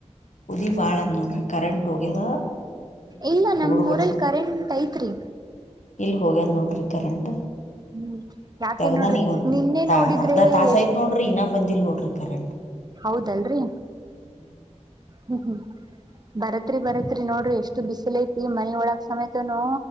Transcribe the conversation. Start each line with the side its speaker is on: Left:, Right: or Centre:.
Left: ಕುದಿ ಬಾಳದ್ ನೋಡ್ರಿ ಕರೆಂಟ್ ಹೋಗ್ಯದ ಏನ್
Right: ಇಲ್ಲ
Left: ಕೂಡು
Right: ನಮ
Left: ಬಡ್ಸೋದು
Right: ಊರಲ್ಲಿ ಕರೆಂಟ್ ಐತ್ರಿ
Left: ಇಲ್ಲಿ ಹೋಗದ್ ನೋಡ್ರಿ ಕರೆಂಟ್.
Right: ಹ್ಮ್ ಯಾಕೆ
Left: ತಗ್ದಾನಿಗ
Right: ನೋಡ್ರಿ
Left: ಒಂದ್
Right: ನಿನ್ನೆ
Left: ಒಂದ್
Right: ನೋಡಿದ್ರೆ
Left: ಅರ್ಧ ತಾಸ
Right: ಎಷ್ಟ್
Left: ಆಯ್ತ ನೋಡ್ರಿ ಇನ್ನ ಬಂದಿಲ್ ನೋಡ್ರಿ. <unintelligible>
Right: ಹೌದಲ್ರಿ
Left: ಹ್ಮ್
Right: ಹ್ಮ್ ಹ್ಮ್. ಬರತ್ರಿ ಬರತ್ರಿ ನೋಡ್ರಿ ಎಷ್ಟು ಬಿಸಿಲ ಐತಿ ಮನೆ ಒಳಗ ಸಮೇತನು